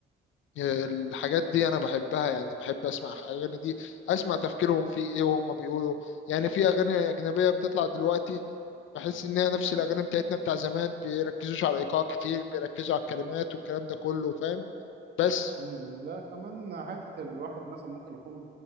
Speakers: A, on the left; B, on the right.
A: الحاجات دي انا بحبها يعني بحب اسمع اغاني دي اسمع تفكيرهم في ايه وهم بيقولوا يعني في اغاني اجنبيه بتطلع دلوقتي بحس ان هي نفس الاغاني بتاعتنا بتاع زمان بيركزوش على الايقاع كتير بيركزوا على الكلمات والكلام ده كله فاهم بس
B: مم، لا كمان حتة الواحد مثلا ممكن يكون